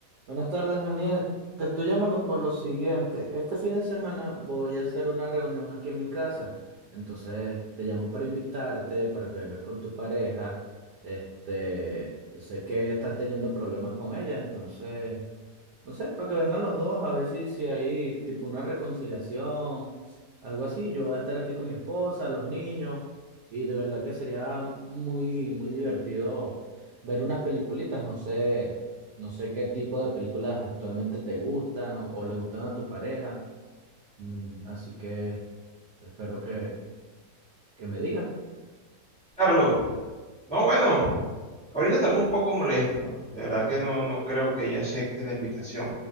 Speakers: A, on the right; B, in the centre.
A: Buenas tardes, Daniel. Te estoy llamando por lo siguiente. Este fin de semana voy a hacer una reunión aquí en mi casa. Entonces, te llamo para invitarte, para que vengas con tu pareja. Este, yo sé que estás teniendo problemas con ella, entonces no sé, para que vengan los dos, a ver si, si hay tipo una reconciliación, algo así. Yo voy a estar aquí con mi esposa, los niños, y de verdad que sería muy, muy divertido ver unas peliculitas. No sé, no sé qué tipo de películas actualmente te gustan o le gustan a tu pareja. Mm, así que espero que, que me digas.
B: Carlos, no, bueno, ahorita estamos un poco molestos. De verdad que no, no creo que ella acepte la invitación.